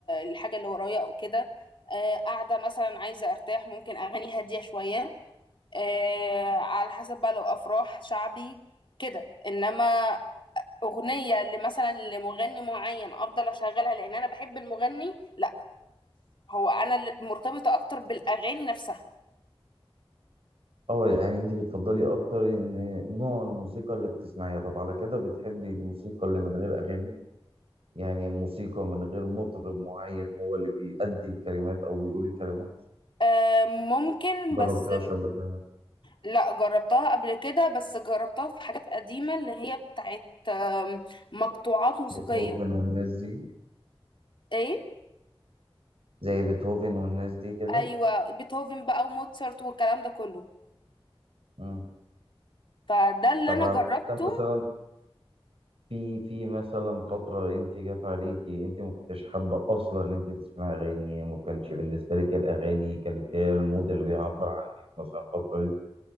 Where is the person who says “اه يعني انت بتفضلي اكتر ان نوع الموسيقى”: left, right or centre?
Right